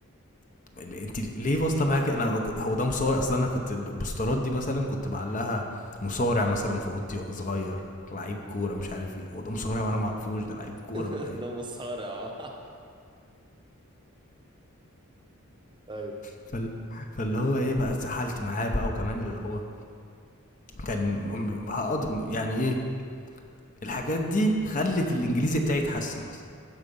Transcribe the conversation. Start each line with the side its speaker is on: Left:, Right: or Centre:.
Left: ال- انت ليه واصله معاك انا ك- هو ده مصارع اصلا انا كنت البوسترات دي مثلا كنت بعلقها مصارع مثلا في اوضتي وانا صغير لعيب
Right: امم
Left: كوره مش عارف ايه هو ده مصارع وانا ما اعرفوش ده لعيب كوره
Right: <laughs>
Left: ولا ايه
Right: ده مصارع ايوه
Left: فال... فاللي هو ايه بقى اتسحلت معاه بقى وكمان اللي هو كان م- هقض يعني ايه الحاجات دي خلت الانجليزي بتاعي يتحسن اصلا